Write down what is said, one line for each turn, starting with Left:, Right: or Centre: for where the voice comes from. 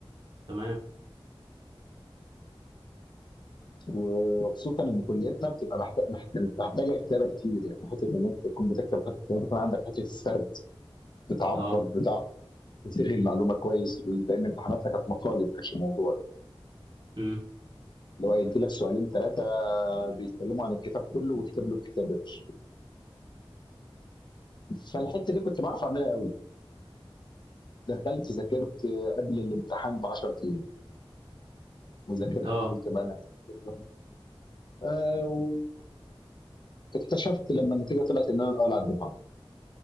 Right: تمام
Left: وخصوصا ان كليتنا بتبقى محت- محت- محتاجه كتابه كتير يعني حته ان انت تكون بتكتب حته ان انت يكون عندك حته السرد بتعبر
Right: اه
Left: بتاع تصيغ المعلومه كويس لان امتحاناتنا كانت مقالب ما كانش موضوع
Right: امم
Left: اللي هو يدي لك سؤالين ثلاثه بيتكلموا عن الكتاب كله وكتب له الكتاب يا باشا فالحته دي كنت بعرف اعملها قوي دخلت ذاكرت قبل الامتحان ب 10 ايام وذاكرت
Right: اه
Left: قلت بقى انا هذاكر بقى. آه واكتشفت لما النتيجه طلعت ان انا الاول على الدفعه